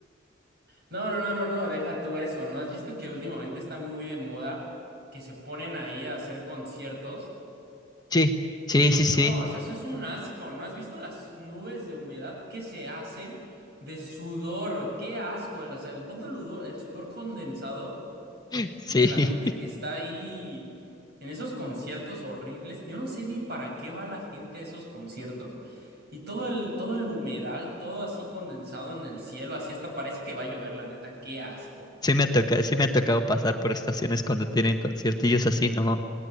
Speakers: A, on the right; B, on the left.
A: No, no, no, no, no. Deja tú eso. ¿No has visto que últimamente está muy de moda que se ponen ahí a hacer conciertos?
B: Sí, sí, sí, sí,
A: No, o sea, eso es un asco. ¿No has visto las nubes de humedad que se hacen de sudor? Qué asco. El, O sea, el- todo el sudor, el sudor condensado
B: <laughs> sí.
A: de la gente que está ahí en esos conciertos horribles. Yo no sé ni para qué va la gente a esos conciertos. Y todo el, todo el humedal, todo así condensado en el cielo, así hasta parece que va a llover, la neta. Qué asco.
B: Sí me ha tocado, sí me ha tocado pasar por estaciones cuando tienen conciertillos así, no.